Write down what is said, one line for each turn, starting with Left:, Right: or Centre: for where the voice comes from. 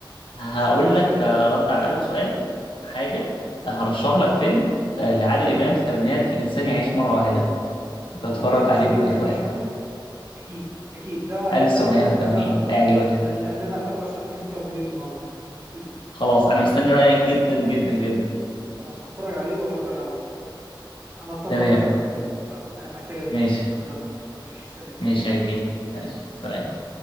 Left: هقول
Right: في السينما المصريه
Left: لك
Right: تاني
Left: آه، رد
Right: معاك
Left: على اول سؤال حاجه آه، هرشح لك فيلم آه، لعادل امام في الثمانينات الانسان يعيش مره واحده اتفرج
Right: والله تصدق
Left: عليه وقول
Right: ما
Left: لي
Right: سمعتش
Left: رايك
Right: عنه اكيد اكيد ده ده
Left: 1981
Right: ده الفيلم اللي انا
Left: هيعجبك
Right: اللي اللي انا هتابعه الساعتين بتوع بالليل النهارده اكيد
Left: خلاص انا مستني رايك جدا جدا جدا
Right: خلاص هتفرج عليه واقول لك رايي على طول انا اضطر
Left: تمام
Right: اقوم انا بقى تمام هت- محتاج اكل
Left: ماشي
Right: اتغدى ماشي سلام
Left: ماشي يا كبير ماشي سلام